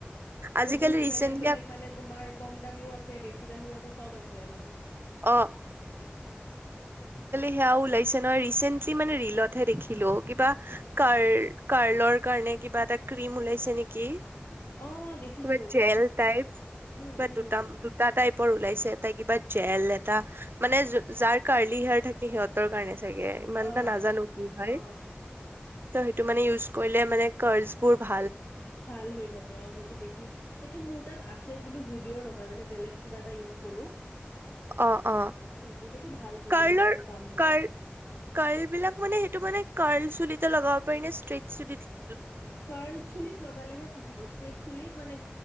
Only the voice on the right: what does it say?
আজিকালি
ৰিচেন্টলি
অ সেয়াও ওলাইছে নহয়, ৰিচেন্টলি মানে ৰিলতহে দেখিলো। কিবা
কাৰ কাৰ্লৰ কাৰণে কিবা এটা ক্ৰিম ওলাইছে নেকি।
কিবা জেল টাইপ
কিবা
দুটা- দুটা টাইপৰ ওলাইছে এটা কিবা জেল এটা মানে যাৰ কাৰ্লি হেয়াৰ থাকে সিহঁতৰ কাৰণে চ চাগে ইমানটা
নাজানো কি হয়।
ত' সেইটো মানে ইউজ কৰিলে মানে কাৰ্লছ বোৰ ভা
অ'-অ'
কাৰ্লৰ
কাৰ কাৰ্ল বিলাক মানে সেইটো মানে কাৰ্ল চুলিত তে লগা পাৰি নে ষ্ট্ৰেট চুুলিত